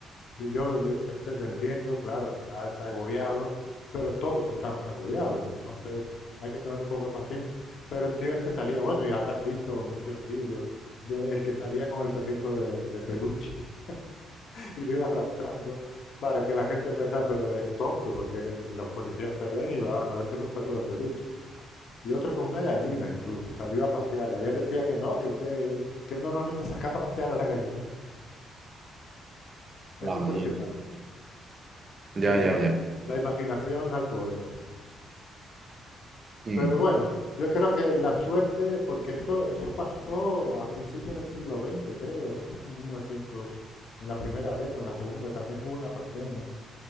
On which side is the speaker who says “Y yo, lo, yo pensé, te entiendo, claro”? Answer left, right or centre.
Left